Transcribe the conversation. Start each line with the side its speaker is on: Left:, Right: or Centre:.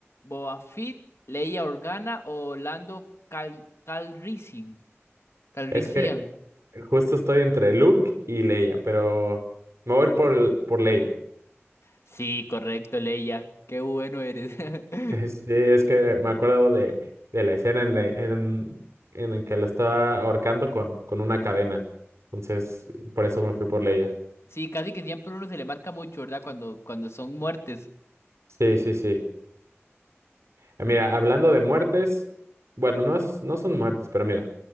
Left: Boba Fett, Leia Organa o Lando Cal Calrissian. Calrissian.
Right: Es que Justo estoy entre Luke y Leia, pero me voy por, por Leia.
Left: Sí, correcto, Leia. Qué bueno eres. <laughs>
Right: <laughs> Sí, es que me acuerdo de, de la escena en, la- en, en la que la estaba ahorcando con, con una cadena. Entonces, por eso me fui por Leia.
Left: Sí, casi que siempre uno se le marca mucho, ¿verdad? Cuando, cuando son muertes.
Right: Sí, sí, sí. Ah, Mira, hablando de muertes, bueno, no, es- no son muertes, pero mira,